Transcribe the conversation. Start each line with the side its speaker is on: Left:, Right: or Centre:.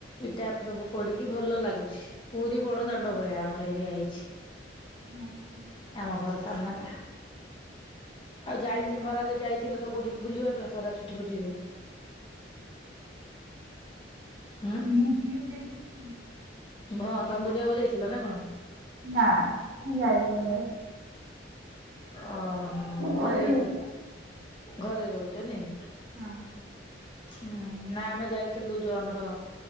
Left: ଟା ସବୁ ପଡିକି ଭଲ ଲାଗୁଛି ପୁରୀ ବଡ
Right: ହଁ ହୁଁ
Left: ଦାଣ୍ଡ ଭଳିଆ ଆମର ଏରିଆ ହେଇଛି
Right: ଆଚ୍ଛା
Left: ଆମ ଘର ସାମ୍ନାଟା ଆଉ ଯାଇତ
Right: ଭଲ ଲାଗୁଥିବ
Left: ଖର ାରେ
Right: ଆଉ
Left: ଯାଇଥିଲ ତ କୋଉଠିକି ବୁଲିବା ପାଇଁ ଖରା ଛୁଟି ଫୁଟିରେ ହୁଁ
Right: ମୁଁ ବୁଲିବାକୁ ଯାଇଛି ନାଇଁ?
Left: ହଁ ତମେ ବୁଲିବାକୁ ଯାଇଥିଲ ନା କଣ
Right: ନା ଯାଇନି ବ
Left: ଓୋ
Right: ମୁଁ
Left: ଘରେ
Right: ରହୁଛି
Left: ଏ
Right: ବା।
Left: ଘରେ ରହୁଛ ନାଇ
Right: ହଁ
Left: ହୁଁ ନାାଇ ଆମେ ଯାଇଥିଲୁ ଯୋଉ ଆମର